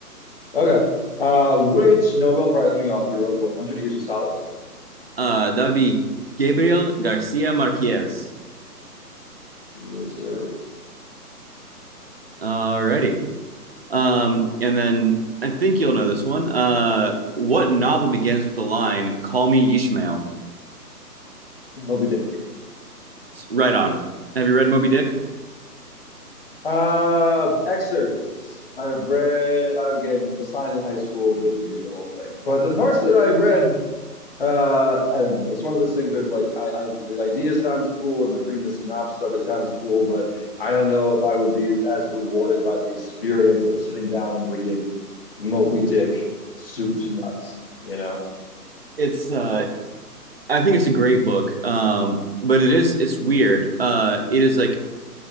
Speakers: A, on the left; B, on the right.
A: Okay. Uh, which Nobel Prize winning author wrote 100 Years of Solitude?
B: Uh, that would be Gabriel Garcia Marquez.
A: Yes, sir.
B: Alrighty. Um, and then I think you'll know this one. Uh, what novel begins with the line "Call me Ishmael"?
A: Moby Dick.
B: Right on. Have you read Moby Dick?
A: Uh, excerpts. I've read, again, assigned in high school, didn't read the whole thing. But the parts that I read, Uh, I don't know. It's one of those things where it's like I, I the idea sounds cool and like reading the synopsis of it sounds cool, but I don't know if I would be as rewarded by the experience of sitting down and reading Moby Dick soup to nuts, you know?
B: It's uh I think it's a great book. Um but it is it's weird. Uh it is like